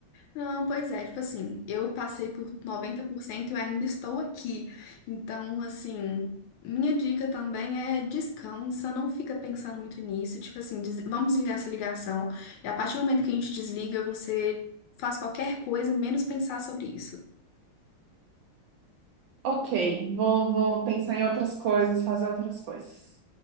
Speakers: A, on the left; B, on the right.
A: Não, pois é, tipo assim, eu passei por 90% e eu ainda estou aqui. Então, assim, minha dica também é descansa, não fica pensando muito nisso. Tipo assim, des- vamos desligar essa ligação. E a partir do momento que a gente desliga, você faz qualquer coisa, menos pensar sobre isso.
B: Ok, vou, vou pensar em outras coisas, fazer outras coisas.